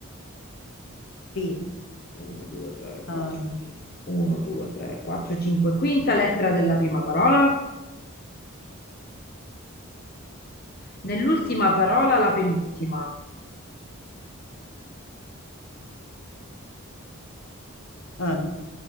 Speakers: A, on the left; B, on the left.
A: P,
B: 1, 2, 3, 4,
A: ah,
B: 5. 1, 2, 3, 4, 5. Quinta lettera della prima parola. Nell'ultima parola, la penultima.
A: ah,